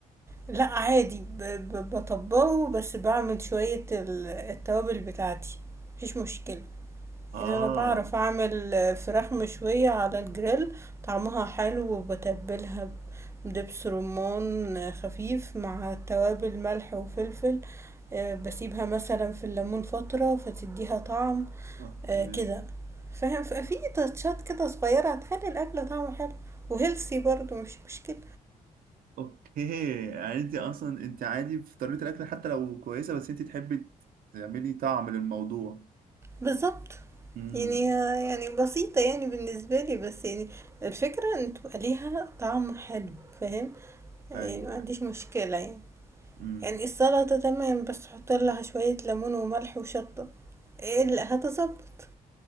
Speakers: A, on the right (about 20°); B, on the right (about 70°).
A: لا عادي ب... ب... بطبقه بس بعمل شويه ال- التوابل بتاعتي مفيش مشكله
B: اه
A: يعني انا بعرف اعمل فراخ مشوية على الجريل طعمها حلو وبتبلها بدبس رمان خفيف مع توابل ملح وفلفل آه، بسيبها مثلا في الليمون فترة فتديها طعم
B: اوكي
A: آه، كده فاهم ف- في تاتشات كده صغيرة هتخلي الاكل طعمه حلو وهيلثي برضو مش مشكلة
B: اوكي يعني انت اصلا انت عادي في طريقة الاكل حتى لو كويسة بس انت تحبي تعملي طعم للموضوع
A: بالضبط.
B: امم
A: يعني يعني بسيطة يعني بالنسبة لي، بس يعني الفكرة إن تبقى ليها طعم حلو، فاهم؟ يعني
B: ايوه
A: ما عنديش مشكلة يعني.
B: امم
A: يعني السلطة تمام، بس حُط لها شوية ليمون وملح وشطة، ال هتضبّط.